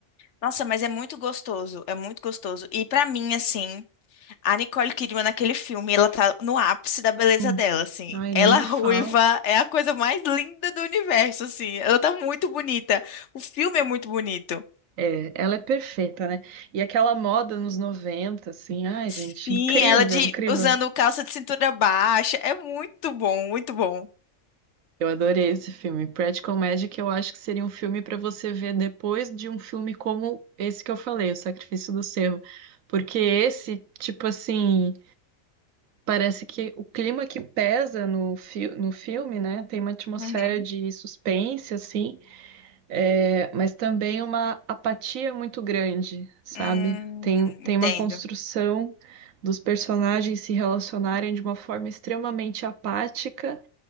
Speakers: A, on the left; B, on the right.
A: nossa, mas é muito gostoso, é muito gostoso. E pra mim, assim, a Nicole Kidman naquele filme, ela tá no ápice da beleza
B: Hum,
A: dela, assim.
B: Ai,
A: Ela
B: nem me
A: ruiva
B: fala.
A: é a coisa mais linda do universo, assim. Ela tá muito bonita. O filme é muito bonito.
B: É, ela é perfeita, né? E aquela moda nos 90, assim, ai,
A: Sim,
B: gente, incrível,
A: ela de
B: incrível.
A: usando calça de cintura baixa, é muito bom, muito bom.
B: Eu adorei esse filme. Practical Magic, eu acho que seria um filme para você ver depois de um filme como esse que eu falei, O Sacrifício do Cervo. Porque esse, tipo assim, parece que o clima que pesa no, fi no filme, né? Tem uma atmosfera
A: Uhum.
B: de suspense, assim, é, mas também uma apatia muito grande, sabe?
A: Hum,
B: Tem, tem
A: entendo.
B: uma construção dos personagens se relacionarem de uma forma extremamente apática